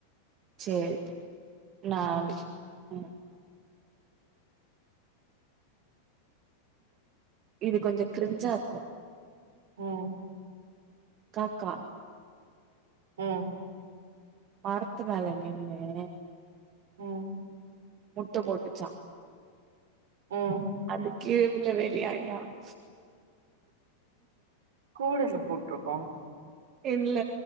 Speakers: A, on the right (about 35°); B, on the right (about 60°).
A: செரி நா
B: ம்
A: உம் இது கொஞ்சம் கிரிஞ்சா இருக்கும்
B: ம்
A: காக்கா
B: உம்
A: மரத்து மேலே நின் உம்
B: ம்
A: முட்ட போட்டுச்சான்
B: ம்
A: அது கீழ உழவேலையாம் யான்
B: கூடைல்ல போட்டுருக்கும்
A: இல்ல